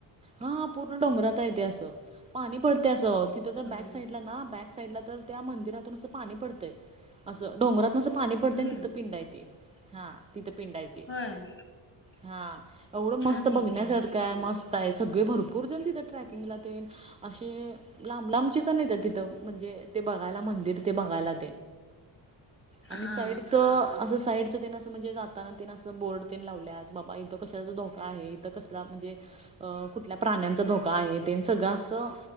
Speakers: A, on the right; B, on the left.
A: हा पूर्ण डोंगरात येते असं पाणी पडते असं तिथं तर
B: हम्म
A: बॅक साईडला ना बॅक साडला तर त्या मंदिरातून पाणी पडतय अस डोंगरात पाणी पडते
B: हम्म
A: आणि तिथं पिंड येते हा तिथं पिंड येते
B: होय
A: हा. एवढं मस्त
B: छान आहे
A: बघण्यासारखं
B: की मग
A: आहे मस्त आहे सगळे भरपूर जण तिथं ट्रॅकिंगला ते. असे लांब लांबचेच नाही त्या तिथं म्हणजे ते बघायला मंदिर ते बघायला. आणि
B: हा
A: साईडच अस साईडच. म्हणजे जाताना तिनं असं बोर्ड लावल्या बाबा इथं कशाचा धोका आहे इथं कसला म्हणजे अ कुठल्या प्राण्यांचा धोका आहे त्यां सगळं असं